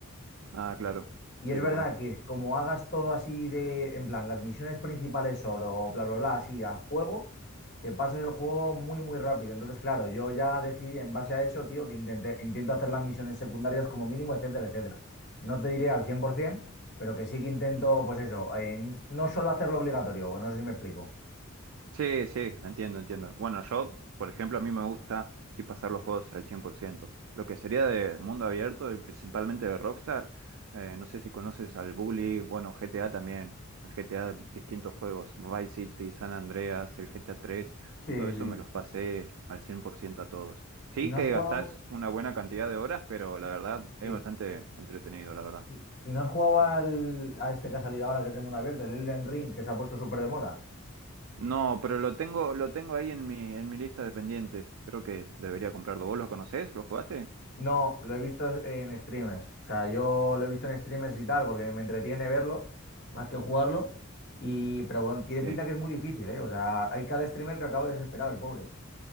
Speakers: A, on the right; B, on the left.
A: Ah, claro.
B: Y
A: Sí,
B: es
A: lo
B: verdad
A: conozco.
B: que como hagas todo así de, en plan, las misiones principales solo, bla, bla, bla, así a fuego, te pasas el juego muy, muy rápido. Entonces, claro, yo ya decidí en base a eso, tío, que intenté, intento hacer las misiones secundarias como mínimo, etcétera, etcétera. No te diré al 100%, pero que sí que intento, pues eso, eh, no solo hacerlo obligatorio, no sé si me explico.
A: Sí, sí, entiendo, entiendo. Bueno, yo, por ejemplo, a mí me gusta sí pasar los juegos al 100%. Lo que sería de mundo abierto y principalmente de Rockstar, eh, no sé si conoces al Bully, bueno, GTA también, el GTA, distintos juegos, Vice City, San Andreas, el GTA 3,
B: Sí, sí.
A: todo eso me los pasé al 100% a todos. Sí
B: ¿Y no
A: que
B: has jugado?
A: gastás una buena cantidad de horas, pero la verdad es
B: Sí.
A: bastante entretenido, la verdad.
B: ¿Y, y no has jugado al, a este que ha salido ahora, que es de mundo abierto, el Elden Ring, que se ha puesto súper de moda?
A: No, pero lo tengo, lo tengo ahí en mi, en mi lista de pendientes. Creo que debería comprarlo. ¿Vos los conocés? ¿Los jugaste?
B: No, lo he visto en streamers. O sea, yo lo he visto en streamers y tal, porque me entretiene verlo más que jugarlo. Y, pero bueno, tiene
A: Sí.
B: pinta que es muy difícil, ¿eh? O sea, hay cada streamer que acaba desesperado, el pobre.